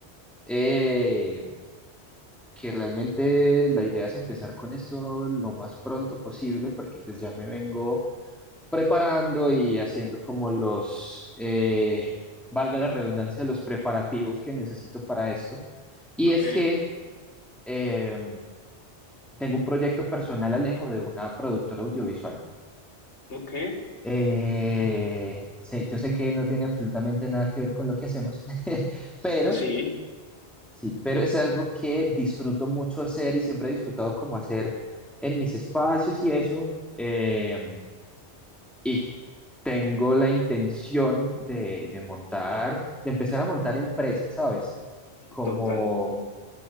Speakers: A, in the centre; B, on the left.
A: eh, que realmente la idea es empezar con esto lo más pronto posible, porque pues ya me vengo preparando y haciendo como los, eh, valga la redundancia, los preparativos que necesito para esto. Y
B: Ok,
A: es que eh, tengo un proyecto personal Alejo de una productora audiovisual.
B: ok,
A: Eh, sé- yo sé que no tiene absolutamente nada que ver con lo que hacemos, <laughs> pero
B: sí,
A: sí, pero es algo que disfruto mucho hacer y siempre he disfrutado como hacer en mis espacios y eso. Eh, Y tengo la intención de, de montar, de empezar a montar empresas, ¿sabes? Como,
B: total.